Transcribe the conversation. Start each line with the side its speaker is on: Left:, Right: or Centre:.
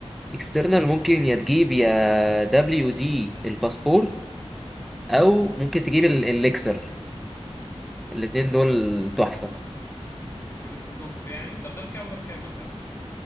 Centre: اكسترنال ممكن يا تجيب يا دبليو دي الباسبور او ممكن تجيب ال- الليكسر الاتنين دول تحفة
Left: دول التوب يعني طب ده بكام وده بكام مثلا